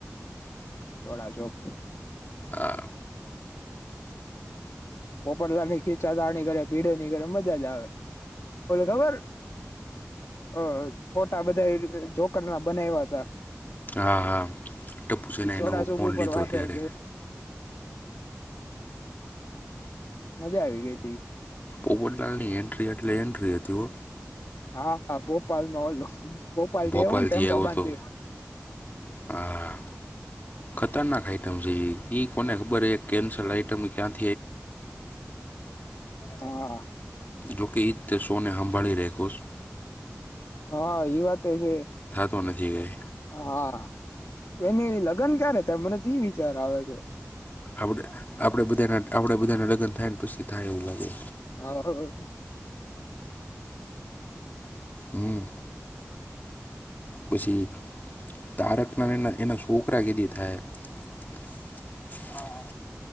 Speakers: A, on the left (about 70°); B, on the left (about 35°).
A: સોડા શોપ
B: આ
A: પોપટલાલ ની ખીચાતાની કરે ભીડેની કરે મજાજ આવે ઓલી ખબર અહ ફોટા બધાઈ જોકર ના બનાયવાતા
B: હા હા ટપુ સેના
A: સોડાસુપ
B: એ નવો ફોન
A: ઉપર
B: લીધો
A: વાયરલ
B: ત્યારે
A: મજા આવી ગઈ તી
B: પોપટલાલ ની એન્ટ્રી એટલે એન્ટ્રી હતી ઓ.
A: હા અહ ભોપાલમાં ઓલો ભોપાલ
B: ભોપાલથી
A: દે હો ને ટેમ્પો
B: આવ્યો
A: બાંધ
B: હતો
A: દે
B: હા ખતરનાક આઈટમ છે ઈ કોને ખબર હે એક કેન્સલ આઈટમ ક્યાં
A: <inaudible> હા.
B: જોકે ઈદ તે શોને સંંભાળી રાયખોસ.
A: હા એ વાત તો છે.
B: તો મે તી આય.
A: હા, એને લગ્ન ક્યારે તમે તે વિચાર આવે છે‌.
B: આપ આપણેે બધાના આપડે બધાના લગ્ન થાયને પછી થાય એવું લાગે.
A: હા
B: હમ્મ. પછી, તારકના એના સ છોકરા કેેદી થાય?